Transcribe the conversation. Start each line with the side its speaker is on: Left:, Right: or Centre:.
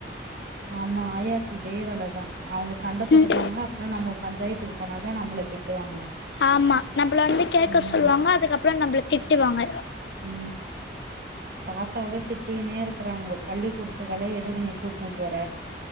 Right: ஆமா ஆயாக்கு இதே வேல தா அவுங்க சண்ட போட்டுப்பாங்க
Left: ம்
Right: அப்புற நம்ப பஞ்சாயத்துக்கு போனாக்க நம்பளுக் திட்டுவாங்க
Left: ஆம்மா நம்பள வந்து கேக்க
Right: ம்
Left: சொல்வாங்க அதுக்கப்புற நம்புளுக் திட் -ட்டுவாங்க
Right: ம் தாத்தாவே திட்டினே இருக்கறாங்கோ பள்ளி்கூடத்துக்கள எதுக் நீ கூட்னு போற